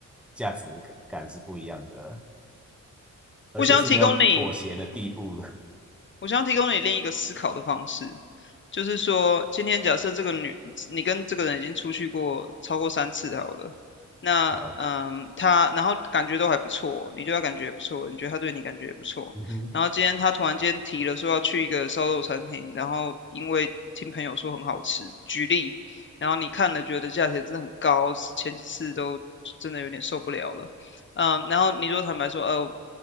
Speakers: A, in the centre; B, on the left.
A: 价值感感是不一样的，而且是没有妥协的地步。
B: 我想要提供你我想提供你另一个思考的方式，就是说，今天假设这个女，你跟这个人已经出去过超过三次好了，那嗯，
A: <laughs> 好，
B: 他然后感觉都还不错，你对他感觉也不错，你觉得他对你感觉也不错，
A: 嗯哼，
B: 然后今天他突然间提了说要去一个烧肉餐厅，然后因为听朋友说很好吃，举例，然后你看了觉得价钱真的很高，前几次都真的有点受不了了。嗯，然后你如果坦白说，呃，